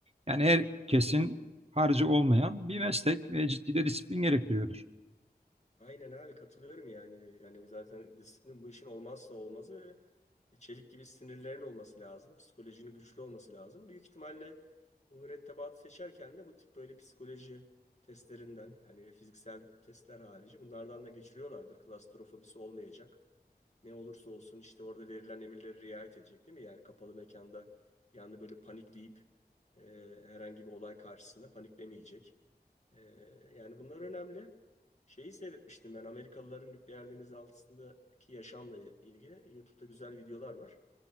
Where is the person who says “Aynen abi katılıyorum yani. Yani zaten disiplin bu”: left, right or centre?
Left